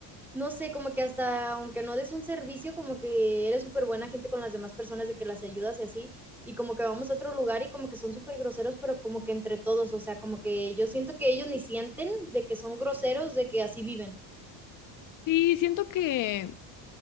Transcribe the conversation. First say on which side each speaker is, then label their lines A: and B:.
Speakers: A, in the centre; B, on the left.
A: no sé, como que hasta aunque no des un servicio, como que eres súper buena gente con las demás personas, de que las ayudas y así, y como que vamos a otro lugar y como que son súper groseros, pero como que entre todos, o sea, como que yo siento que ellos ni sienten de que son groseros, de que así viven.
B: Sí, siento que,